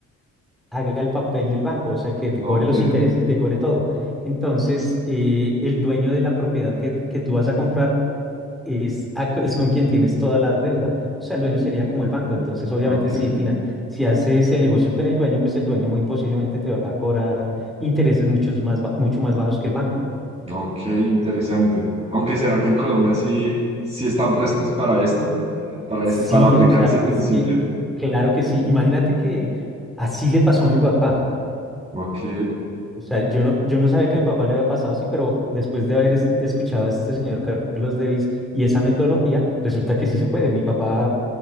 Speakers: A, in the centre; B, on the right.
A: haga el papel del banco, o sea, que te
B: ok,
A: cobre los intereses y te cobre todo. Entonces, eh, el dueño de la propiedad que, que tú vas a comprar es, a- es con quien tienes toda la deuda. O sea, el dueño sería como el banco. Entonces, obviamente,
B: ok,
A: si, fina- si haces el negocio con el dueño, pues el dueño muy posiblemente te va a cobrar intereses muchos más, ba- mucho más bajos que el banco.
B: ok, interesante. Aunque será que en Colombia sí, sí están prestos para esto, para
A: Sí,
B: ese, para aplicar
A: o sea,
B: ese principio.
A: es que, claro que sí. Imagínate que así le pasó a mi papá.
B: Ok,
A: O sea, yo no, yo no sabía que a mi papá le había pasado así, pero después de haber es- escuchado a este señor Carlos Davis y esa metodología, resulta que sí se puede. Mi papá